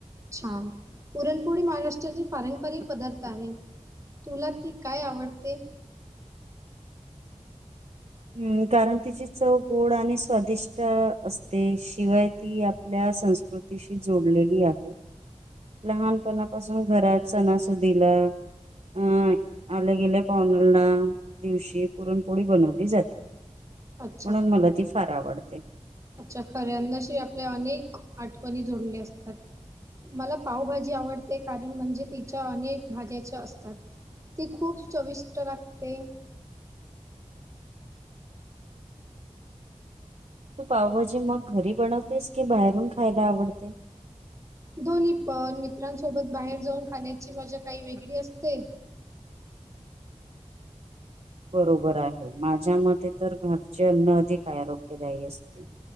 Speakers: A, on the right; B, on the right.
A: छान पुरणपोळी महाराष्ट्र पारंपरिक पदार्थ आहे, तुला ती काय आवडते
B: हम्म, कारण तिची चव गोड आणि स्वादिष्ट असते, शिवाय ती आपल्या संस्कृतीशी जोडलेली आहे लहानपणापासून घरात सणासुदीला अं आलं गेल्या पाहुण्यांना दिवशी पुरणपोळी बनवली जाते
A: अच्छा,
B: म्हणून मला ती फार आवडते.
A: अच्छा, खरे अन्नशी आपल्या अनेक आठवणी जोडले असतात, मला पावभाजी आवडते कारण म्हणजे तिच्या अनेक भाज्याच्या असतात, ती खूप चविष्ट लागते
B: तू पावभाजी मग घरी बनवतेस की बाहेरून खायला आवडते?
A: दोन्ही पण मित्रांसोबत बाहेर जाऊन खाण्याची मजा काही वेगळी असते
B: बरोबर आहे, माझ्या मते तर घरचे अन्न अधिक आरोग्यदायी असते